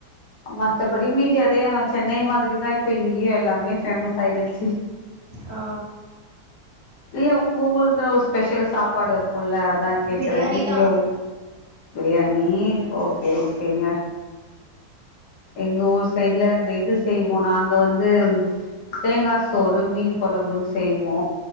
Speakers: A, on the left; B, on the right.
A: மத்தபடி மீறி இங்கயு அதே சென்னை மாதிரி இப்ப இங்கேயும் எல்லாமே ஃபேமஸ் ஆயிடுச்சி
B: ஆ
A: இல்ல உங்க ஊருக்கு ஸ்பெஷல் சாப்பாடு இருக்கும்ல அத்தா கேட்குறே
B: பிரியாணி
A: நீங்க
B: தா
A: உங் பிரியாணி ஓகே ஓகேங்க எங்க ஊர் சைட்ல இந்த இது செய்வோ நாங்க வந்து தேங்கா சோறு மீன் கொழம்புன்னு செய்வோ